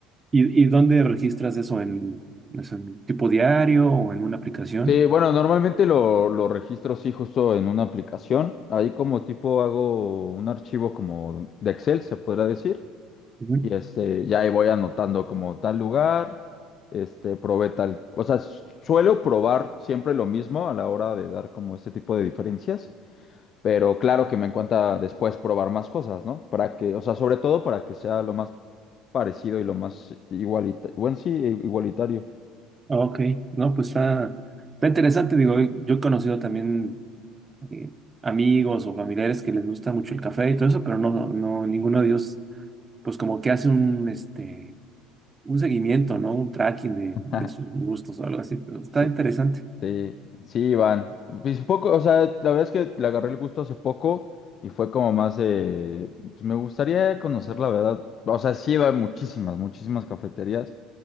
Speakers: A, on the right; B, on the left.
A: ¿Y, y dónde registras eso? ¿En, es en tipo diario o en una aplicación?
B: Sí, bueno, normalmente lo, lo registro sí justo en una aplicación. Ahí como tipo hago un archivo como de Excel, se podrá decir.
A: Ujú.
B: Y este, ya ahí voy anotando como tal lugar, este, probé tal, o sea, suelo probar siempre lo mismo a la hora de dar como este tipo de diferencias, pero claro que me encanta después probar más cosas, ¿no? Para que, o sea, sobre todo para que sea lo más parecido y lo más igualitario, bueno, sí, igualitario.
A: Ok, no, pues está, está interesante. Digo, yo he conocido también eh, amigos o familiares que les gusta mucho el café y todo eso, pero no, no, ninguno de ellos, pues como que hace un, este, un seguimiento, ¿no? Un tracking de,
B: <laughs>
A: de sus gustos o algo así, pero está
B: Sí.
A: interesante.
B: Sí, sí, Iván. Pues poco, o sea, la verdad es que le agarré el gusto hace poco y fue como más de, pues me gustaría conocer la verdad. O sea, sí iba a muchísimas, muchísimas cafeterías,